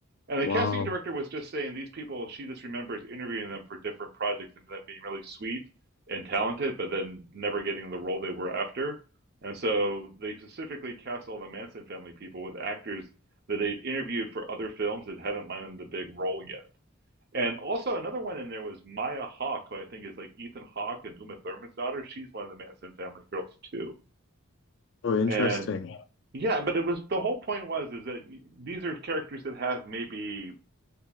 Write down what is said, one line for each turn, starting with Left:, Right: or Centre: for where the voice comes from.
Right: And the
Left: Wow.
Right: casting director was just saying these people, she just remembers interviewing them for different projects and them being really sweet and talented, but then never getting the role they were after. And so they specifically cast all the Manson family people with actors that they'd interviewed for other films that hadn't landed the big role yet. And also another one in there was Maya Hawke, who I think is like Ethan Hawke and Uma Thurman's daughter. She's one of the Manson family girls too.
Left: Oh, interesting.
Right: And yeah, but it was the whole point was is that these are characters that have maybe